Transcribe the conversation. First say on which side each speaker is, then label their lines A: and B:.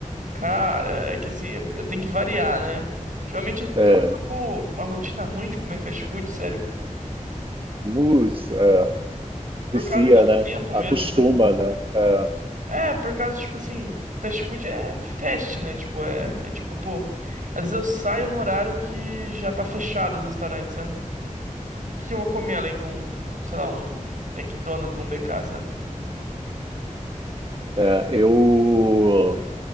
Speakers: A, on the right (about 75°); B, on the right (about 40°).
A: Cara, é que assim, eu eu tenho que variar, né? Geralmente eu
B: É.
A: tô, tô com uma rotina ruim de comer fast food, sério.
B: Mus, é,
A: Por
B: vicia,
A: causa de
B: né?
A: tempo
B: Acostuma,
A: mesmo, sabe?
B: né? É,
A: É, por causa, tipo assim, fast food é fast, né? Tipo, é, é tipo, pô. Às vezes eu saio no horário que já tá fechado os restaurantes, sabe? O que que eu vou comer além de um, sei lá, um McDonald's ou um BK, sabe?
B: é, eu,